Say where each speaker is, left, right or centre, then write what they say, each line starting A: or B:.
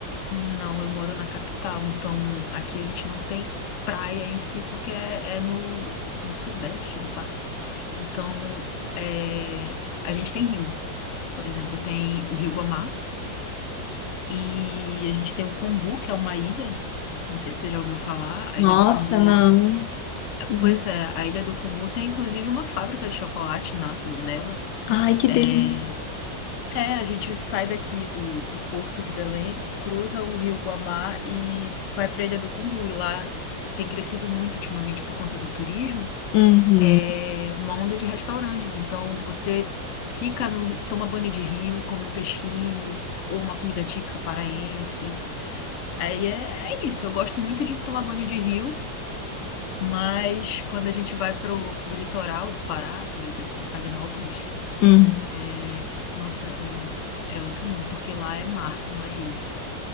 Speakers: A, on the left; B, on the left.
A: Não, eu moro na capital, então aqui a gente não tem praia em si, porque é, é no, no sudeste do Pará. Então, é, a gente tem rio, por exemplo, tem o Rio Guamá e a gente tem o Combu, que é uma ilha. Não sei se você já ouviu falar, a
B: Nossa,
A: Ilha do Combu
B: não. Uhum.
A: Pois é, a Ilha do Cumbu tem inclusive uma fábrica de chocolate na- nela.
B: Ai, que
A: É,
B: delícia.
A: é, a gente sai daqui do, do Porto de Belém, cruza o Rio Guamá e vai para a Ilha do Cumbu. E lá tem crescido muito ultimamente por conta do turismo,
B: Uhum,
A: é uma onda de restaurantes. Então você fica no, ri- toma banho de rio, come um peixinho ou uma comida típica paraense. Aí é, é isso. Eu gosto muito de tomar banho de rio. Mas quando a gente vai pro, pro litoral do Pará, por exemplo, Salinópolis,
B: uhum.
A: é, nossa, é, é outro mundo, porque lá é mar, não é rio.